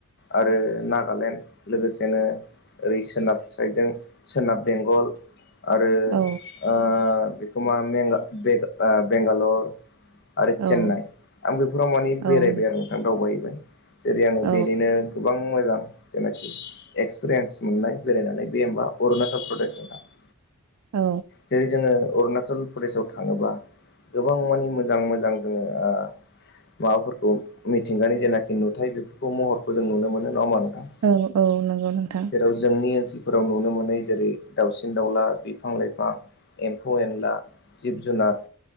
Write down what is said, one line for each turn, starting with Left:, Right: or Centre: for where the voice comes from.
Left: आरो नागालेण्ड लोगोसेनो ओरै सोनाब साइडजों सोनाब बेंगल आरो आ
Right: औ
Left: बेखौमा बेंगा बेंगालर आरो चेन्नाइ
Right: औ
Left: आं मानि
Right: औ
Left: बेरायबाय आरो नोंथां दावबायहबाय जेरै
Right: औ
Left: बेनिनो गोबां मोजां जेनाखि एक्सपिरियेन्स मोननाय बेरायनानै बे होमबा अरुणाचल प्रदेश होन दां <inaudible>
Right: ओ
Left: जेरै जोङो अरुणाचल प्रदेशआव थाङोबा गोबां मानि मोजां मोजां जोङो आ माबाफोरखौ मिथिंगानि जेनाखि नुथाय बेफोरखौ महरखौ जों नुनो मोनो नङा होमबा नोंथां?
Right: औ औ नंगौ नोंथां
Left: जेराव जोंनि ओनसोलफोराव नुनो मोनै जेरै दाउसिन दाउला बिफां लाइफां एम्फौ एनला जिब जुनार